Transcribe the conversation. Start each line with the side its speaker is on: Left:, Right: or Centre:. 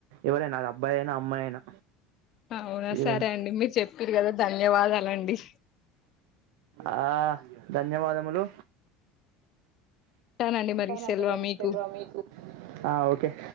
Right: ఎవర్ అయినా అది అబ్బాయి అయినా అమ్మాయి అయినా
Left: అవునా సరే
Right: ఏదైనా
Left: అండి మీరు చెప్పిరు కదా ధన్యవాదాల అండి
Right: ఆ, ధన్యవాదములు
Left: ఉంటానండి మరి
Right: అవునా
Left: సెలవ
Right: అండి పరీక్షలు
Left: మీకు
Right: రావు మీకు ఆ ఓకే